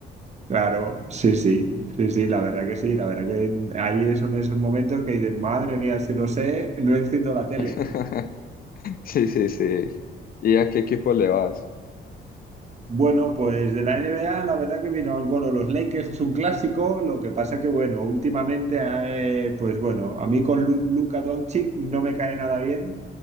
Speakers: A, on the right; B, on the left.
A: Claro, sí, sí, sí, sí, la verdad que sí, la verdad que ahí son esos momentos que dices, madre mía, si lo sé, no enciendo la tele.
B: <laughs> Sí, sí, sí. ¿Y a qué equipo le vas?
A: Bueno, pues de la NBA, la verdad que vino, bueno, los Lakers es un clásico, lo que pasa que, bueno, últimamente, eh, pues bueno, a mí con Lu- Luka Doncic no me cae nada bien